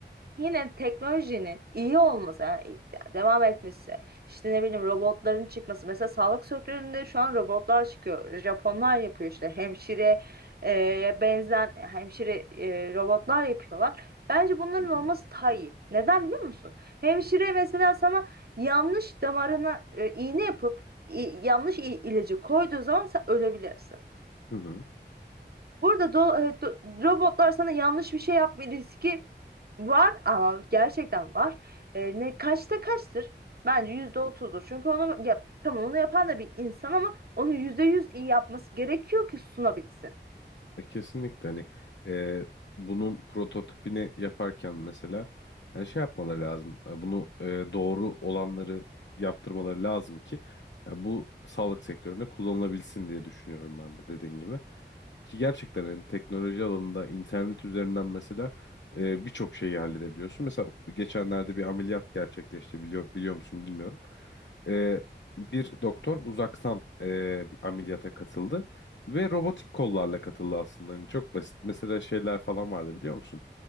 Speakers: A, on the right; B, on the left.
A: Yine teknolojinin iyi olması yani devam etmesi işte ne bileyim robotların çıkması mesela sağlık sektöründe şu an robotlar çıkıyor Japonlar yapıyor işte hemşire e, benzen hemşire e, robotlar yapıyorlar bence bunların
B: Hı hı.
A: olması daha iyi neden biliyor musun hemşire mesela sana yanlış damarına e, iğne yapıp i- yanlış i- ilacı koyduğu zaman sen ölebilirsin
B: Hı hı.
A: Burada do- e, do- robotlar sana yanlış bir şey yapma riski var ama gerçekten var. E, ne kaçta kaçtır? Bence yüzde otuzdur. Çünkü onu yap, tamam onu yapan da bir insan ama onu yüzde yüz iyi yapması gerekiyor ki sunabilsin.
B: E, kesinlikle hani e, bunun prototipini yaparken mesela e, şey yapmaları lazım. E, bunu e, doğru olanları yaptırmaları lazım ki e, bu sağlık sektöründe kullanılabilsin diye düşünüyorum ben de dediğin gibi. Ki gerçekten hani teknoloji alanında internet üzerinden mesela e, birçok şeyi halledebiliyorsun. Mesela geçenlerde bir ameliyat gerçekleşti biliyor, biliyor musun bilmiyorum. E, bir doktor uzaktan e, bir ameliyata katıldı. Ve robotik kollarla katıldı aslında. Hani çok basit. Mesela şeyler falan vardı biliyor musun?